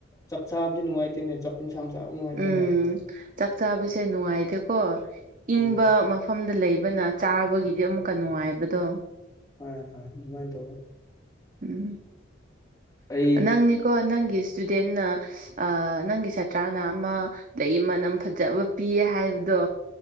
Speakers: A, on the left; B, on the right.
A: ꯆꯥꯛ ꯆꯥꯕꯗꯤ ꯅꯨꯡꯉꯥꯏꯇꯦꯅꯦ ꯆꯥꯛ ꯏꯟꯁꯥꯡ ꯆꯥ ꯅꯨꯡꯉꯥꯏꯇꯦꯅꯦ
B: ꯎꯝ ꯆꯥꯛ ꯆꯥꯕꯁꯦ ꯅꯨꯡꯉꯥꯏꯇꯦꯀꯣ ꯏꯪꯕ
A: ꯍꯣꯏ
B: ꯃꯐꯝꯗ ꯂꯩꯕꯅ ꯆꯥꯕꯒꯤꯗꯤ ꯑꯃꯨꯛꯀ ꯅꯨꯡꯉꯥꯏꯕꯗꯣ
A: ꯍꯣꯏ ꯍꯣꯏ ꯑꯗꯨꯃꯥꯏꯅ ꯇꯧꯋꯦ
B: ꯎꯝ
A: ꯑꯩ
B: ꯅꯪꯅꯤꯀꯣ ꯅꯪꯒꯤ ꯏꯁꯇꯨꯗꯦꯟꯅ ꯅꯪꯒꯤ ꯁꯥꯇ꯭ꯔꯅ ꯑꯃ ꯂꯩꯩ ꯃꯅꯝ ꯐꯖꯕ ꯄꯤꯌꯦ ꯍꯥꯏꯕꯗꯣ